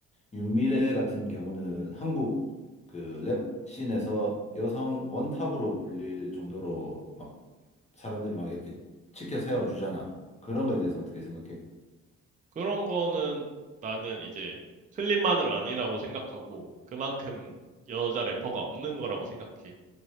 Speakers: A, on the left (about 20°); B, on the right (about 25°).
A: 윤미래 같은 경우는 한국 그 랩 씬에서 여성 원탑으로 불릴 정도로 막 사람들을 막 이렇게 치켜 세워주잖아. 그런 거에 대해서 어떻게 생각해?
B: 그런 거는 나는 이제 클립만을 아니라고 생각하고 그만큼 여자 래퍼가 없는 거라고 생각해.